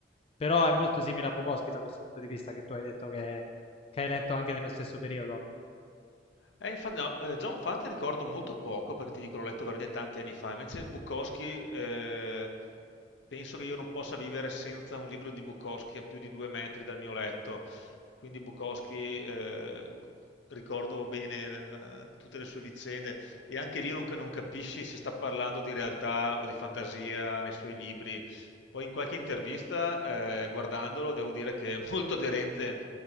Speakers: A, on the left (about 30°); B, on the left (about 85°).
A: però è molto simile a Bukowski da questo punto di vista che tu hai detto che, che hai letto anche nello stesso periodo
B: Eh, infa no, ehm, John Fante ricordo molto poco, perché ti dico l'ho letto veramente tanti anni fa, invece Bukowski, ehm, penso che io non possa vivere senza un libro di Bukowski a più di 2 metri dal mio letto, quindi Bukowski, ehm, ricordo bene l tutte le sue vicende e anche lì non ca non capisci se sta parlando di realtà o di fantasia nei suoi libri. Poi in qualche intervista, ehm, guardandolo, devo dire che è molto aderente